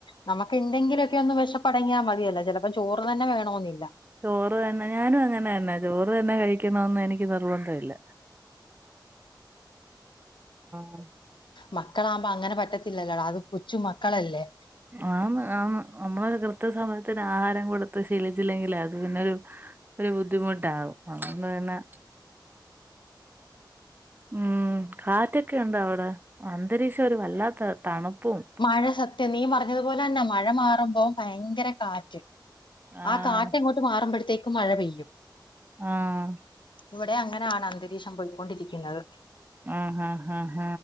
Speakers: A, on the left; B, on the right.
A: നമക്ക് എന്തെങ്കിലൊക്കെയൊന്ന് വിഷപ്പടങ്ങിയാൽ മതിയല്ലോ. ചെലപ്പം ചോറ് തന്നെ വേണോന്നില്ല.
B: ചോറ് തന്നെ ഞാനും അങ്ങനെന്നെ. ചോറ് തന്നെ കഴിക്കണൊന്നും എനിക്ക് നിർബന്ധയില്ല. ആ
A: മക്കളാകുമ്പോ അങ്ങനെ പറ്റത്തില്ലല്ലോടാ. അത് പുച്ചു മക്കളല്ലേ.
B: ആന്ന് ആന്ന് നമ്മളൊരു കൃത്യ സമയത്തിന് ആഹാരം കൊടുത്ത് ശീലിച്ചില്ലെങ്കിലേ അത് പിന്നൊരു ഒരു ബുദ്ധിമുട്ടാകും. അതോണ്ട് പിന്നെ ഉം കാറ്റൊക്കെ ഉണ്ടോ അവിടെ? അന്തരീക്ഷം ഒരു വല്ലാത്ത തണുപ്പും.
A: മഴ സത്യം നീ മറഞ്ഞതുപോലെന്നെ മഴ മാറുമ്പോം ഭയങ്കര കാറ്റ്
B: ആഹ്
A: ആ കാറ്റങ്ങോട്ട് മാറുമ്പോഴത്തേക്കും മഴ പെയ്യും
B: ആഹ്
A: ഇവിടെ അങ്ങനാണ് അന്തരീക്ഷം പോയിക്കൊണ്ടിരിക്കുന്നത്
B: ആ ഹ ഹ ഹ